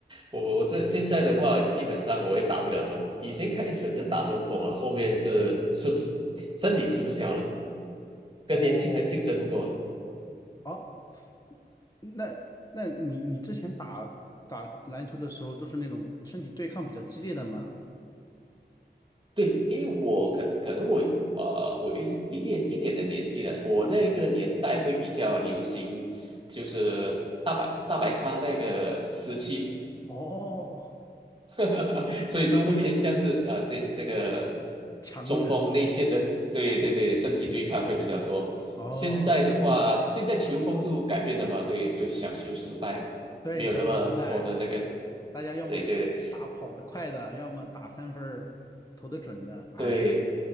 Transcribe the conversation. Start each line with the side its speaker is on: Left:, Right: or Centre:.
Right: 我我这现在的话，基本上我也打不了中锋，以前开始是打中锋了，后面是吃不，身体吃不消了。跟年轻人竞争不过。
Left: 哦，好。那那你你之前打打篮球的时候都是那种身体对抗比较激烈的吗？
Right: 对，因为我可可能我有呃，我有一一点一点的年纪了，我那个年代会比较流行，就是大白大白鲨那个时期，
Left: 哦，
Right: <laughs> 所以都会偏向是呃那那个
Left: <laughs> 强硬的。
Right: 中锋内线的，对对对，身体对抗会比较多。
Left: 哦，
Right: 现在的话，现在球风都改变了嘛，对，就小球时代没有那么拖的那个，
Left: 对，小球时代，大家要么打跑得快的，
Right: 对对
Left: 要么打三分儿投得准的。哎，
Right: 对，